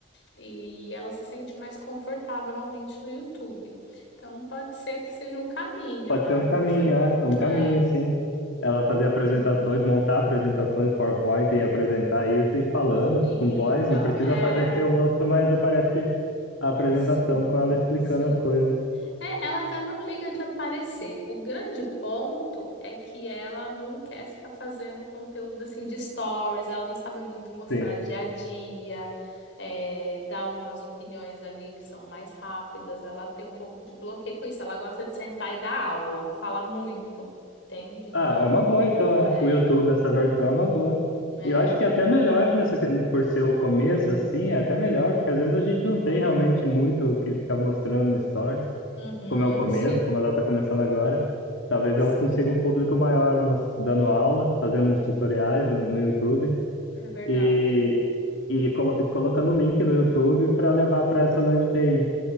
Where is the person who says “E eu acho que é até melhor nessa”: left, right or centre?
Left